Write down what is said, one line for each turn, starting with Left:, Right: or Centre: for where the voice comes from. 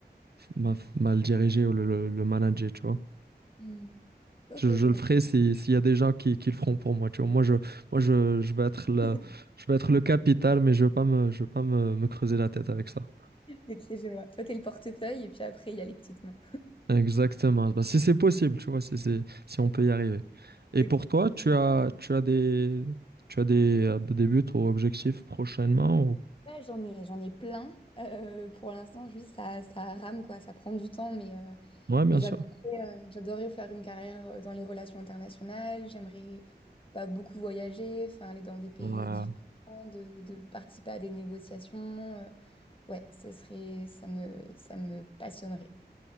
Right: f- ma- mal diriger ou le, le, le manager, tu vois.
Left: Mm, Ok,
Right: Je, je
Left: je vois.
Right: le ferai si- s'il y a des gens qui, qui le feront pour moi. Tu vois, moi, je, moi je, je vais être la-
Left: <laughs>
Right: je vais être le capital, mais je ne veux pas me, je veux pas me, me creuser la tête avec ça.
Left: Ok, je vois. Toi, t'es le portefeuille et puis après, il y a les petites mains.
Right: Exactement. Bah, si c'est possible, tu vois, si, c'est- si on peut y arriver. Et
Left: Ok.
Right: pour toi, tu as, tu as des, tu as des, euh, des buts ou objectifs prochainement ou...
Left: Ouais, j'en ai, j'en ai plein. Euh, pour l'instant, juste ça, ça rame, quoi. Ça prend du temps, mais, euh,
Right: Ouais, bien
Left: mais j'adorais,
Right: sûr.
Left: euh, j'adorais faire une carrière euh, dans les relations internationales. J'aimerais bah, beaucoup voyager, enfin, aller dans des pays
Right: Ouais,
Left: différents, de, de participer à des négociations. euh, ouais, ce serait, ça me, ça me passionnerait.